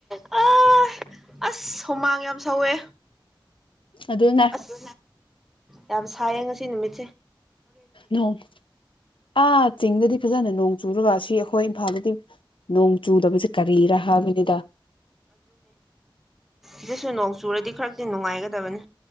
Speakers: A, in the centre; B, on the left.
A: ꯑ <unintelligible> ꯑꯁ ꯍꯨꯃꯥꯡ ꯌꯥꯝ ꯁꯧꯋꯦ
B: ꯑꯗꯨꯅ
A: ꯑꯁ ꯌꯥꯝ ꯁꯥꯏꯌꯦ ꯉꯁꯤ ꯅꯨꯃꯤꯠ
B: ꯅꯣꯡ ꯑꯥ ꯆꯤꯡꯗꯗꯤ ꯐꯖꯅ ꯅꯣꯡ ꯆꯨꯔꯒ ꯑꯁꯤ ꯑꯩꯈꯣꯏ ꯈꯣꯏ ꯏꯝꯐꯥꯜꯗꯗꯤ ꯅꯣꯡ ꯆꯨꯗꯕꯁꯦ ꯀꯔꯤꯔꯥ ꯍꯥꯏꯕꯅꯤꯗ
A: ꯑꯗꯨꯁꯨ ꯅꯣꯡ ꯆꯨꯔꯗꯤ ꯈꯔꯗꯤ ꯅꯨꯡꯉꯥꯏꯒꯗꯕꯅꯤ